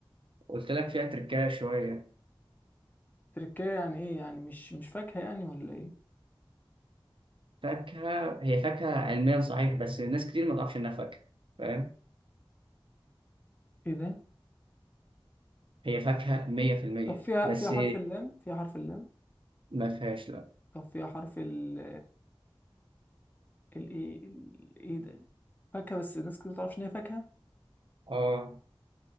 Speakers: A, on the right; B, on the left.
A: قلت لك فيها تركاية شوية
B: تركية يعني ايه يعني مش مش فاكهة يعني ولا ايه
A: فاكهة هي فاكهة علميا صحيح بس ناس كتير ما تعرفش انها فاكهة فاهم
B: ايه ده
A: هي فاكهة 100%
B: طب فيها
A: بس
B: فيها حرف اللام فيها حرف اللام
A: ما فيهاش لا
B: طب فيها حرف ال الايه ايه ده فاكهة بس الناس كتير متعرفش ان هي فاكهة
A: اه